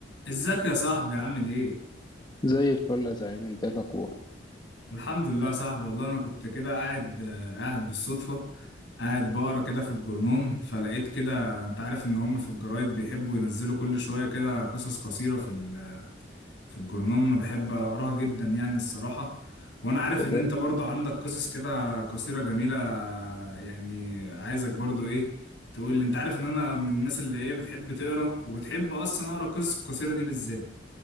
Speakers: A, on the left (about 75°); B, on the left (about 25°).
A: ازيك يا صاحبي عامل ايه؟
B: زي الفل يا زعيم انت ايه الاخبار
A: الحمد لله يا صاحبي والله انا كنت كده قاعد آه، قاعد بالصدفة قاعد بقرا كده في الجرنون فلقيت كده انت عارف ان هم في الجرايد بيحبوا ينزلوا كل شوية كده قصص قصيرة في ال في الجرنون انا بحب اقراها جدا يعني الصراحة وانا عارف
B: سلام
A: ان انت برضو عندك قصص كده قصيرة جميلة يعني عايزك برضو ايه تقول لي انت عارف ان انا من الناس اللي ايه بتحب تقرا وبتحب اصلا اقرا القصص القصيرة دي بالذات